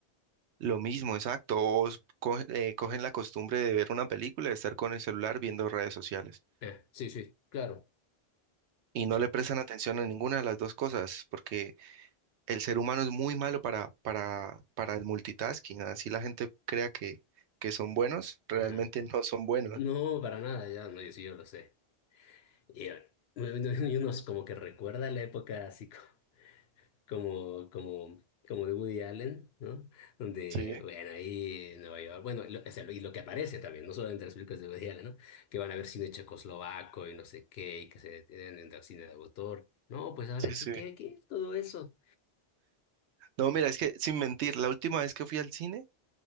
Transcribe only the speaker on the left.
Eh, sí, sí, claro,
sí.
Ajá.
No, para nada, ya no, yo sí, yo lo sé. Y, eh, y <laughs> unos como que recuerda la época así co- como, como, como de Woody Allen, ¿no? Donde,
bueno, ahí en Nueva York, bueno, lo- o sea, lo- y lo que aparece también, no solo entre las películas de Woody Allen, ¿no? Que van a ver cine checoslovaco y no sé qué, y que se detienen en el cine de autor. No, pues ahora,
¿qué, qué, qué? Todo eso.